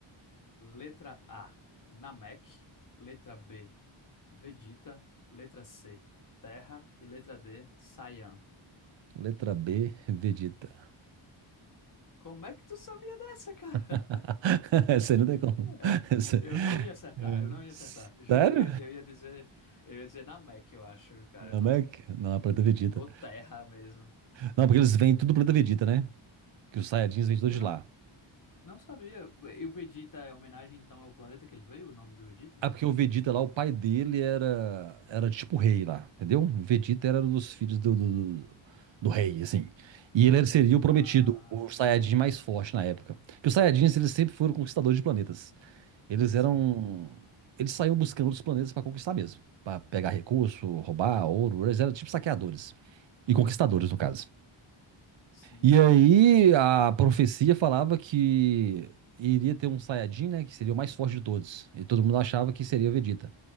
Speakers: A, on the left; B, on the right.
A: Letra A, Namek. Letra B, Vegeta. Letra C, Terra. E letra D, Saiyan.
B: Letra B, Vegeta.
A: Como é que tu sabia dessa, cara?
B: <laughs> Essa aí não tem como.
A: É,
B: Essa-
A: eu não ia acertar,
B: É.
A: eu não ia acertar. Juro,
B: Sério?
A: eu ia, eu ia dizer, eu ia dizer Namek, eu acho, cara.
B: Namek?
A: Não,
B: Não, é planeta Vegeta.
A: ou Terra mesmo.
B: Não, porque eles vêm tudo planeta Vegeta, né? Que os Saiyajins vêm todos
A: Eu
B: de
A: não,
B: lá.
A: não sabia. E o Vegeta é homenagem, então, ao planeta que ele veio, o nome do Vegeta?
B: Ah, porque o Vegeta lá, o pai dele era, era tipo rei lá, entendeu? O Vegeta era dos filhos do, do, do- do rei, assim. E ele era- seria o prometido,
A: Ah,
B: o Saiyajin mais forte na época. Porque os Saiyajins, eles sempre foram conquistadores de planetas. Eles
A: sim.
B: eram... Eles saíam buscando os planetas para conquistar mesmo. Para pegar recurso, roubar ouro. Eles eram tipo saqueadores. E conquistadores, no caso.
A: Sim,
B: E
A: sim.
B: aí a profecia falava que iria ter um Saiyajin, né? Que seria o mais forte de todos. E todo mundo achava que seria o Vegeta.